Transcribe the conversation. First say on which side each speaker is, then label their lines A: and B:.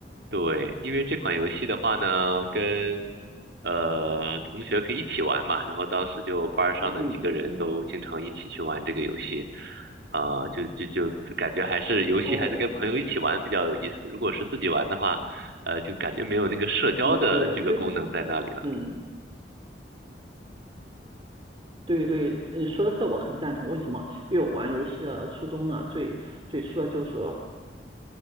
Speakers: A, on the right (about 70°); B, on the right (about 30°).
A: 对，因为这款游戏的话呢，跟呃同学可以一起玩嘛，然后当时就班儿上的几个人都经常一起去玩这个游戏，
B: 嗯嗯嗯，
A: 啊、就就就感觉还是游戏还是跟朋友一起玩比较有意思，
B: 哦，
A: 如果是自己玩的话，呃，就感觉没有那个社交的这个功能在那里了。
B: 嗯，对的，因为嗯。对对，你说的这我很赞同。为什么？因为我玩游戏的初衷呢，最最初的就是。